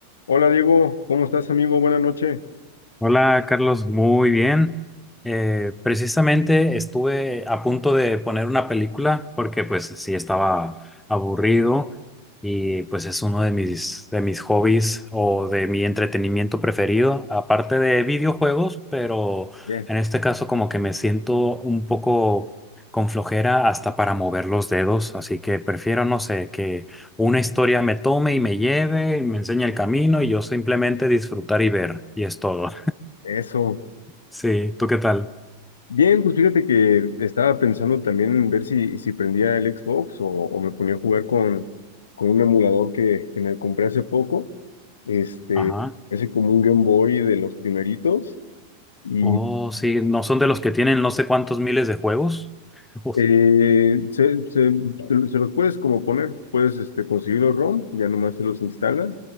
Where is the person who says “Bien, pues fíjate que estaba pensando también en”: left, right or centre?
Left